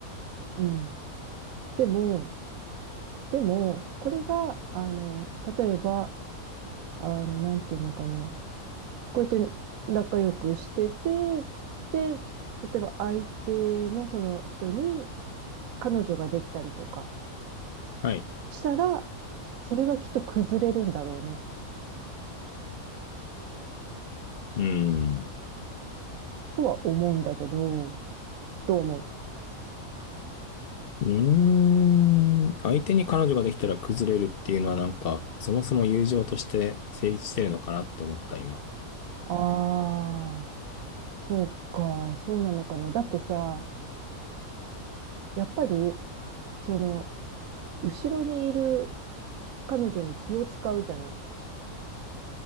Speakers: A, on the right; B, on the left.
A: うん。でも、でも、これが、あの、例えば、あの、なんていうのかな。こうやって仲良くしてて、で、例えば相手のその人に彼女ができたりとか
B: はい。
A: したら、それはきっと崩れるんだろうね、
B: うーん。
A: とは思うんだけど、どう思う
B: うーん。相手に彼女ができたら崩れるっていうのはなんか、そもそも友情として成立してるのかなって思った、今。
A: ああー。そうか、そうなのかな。だってさ、やっぱり、その、後ろにいる彼女に気を使うじゃない。